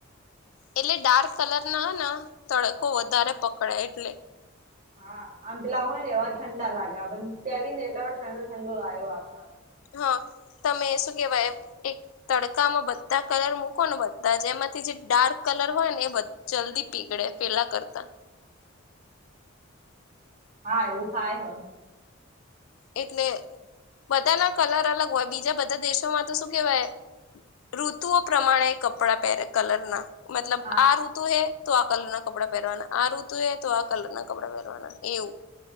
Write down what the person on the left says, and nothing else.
એટલે ડાર્ક કલર ના તડકો વધારે પકડે એટલે
હા તમે શું કેવાય એક. તડકામાં બધા કલર મૂકો ને બધા જ એમાંથી જે ડાર્ક કલર હોય ને એ બા જલ્દી પીગડે ફેલા કરતા.
એટલે બધા ના કલર અલગ હોય બીજા બધા દેશોમાં તો શું કેહેવાય. ઋતુઓ પ્રમાણે કપડા પહેરે કલર ના મતલબ
આઋતુ ઋતુ હૈ તો આ કલર ના કપડા પહેરવાના આ ઋતુ હે તો આ કલર ના કપડા પહેરવાના એવું.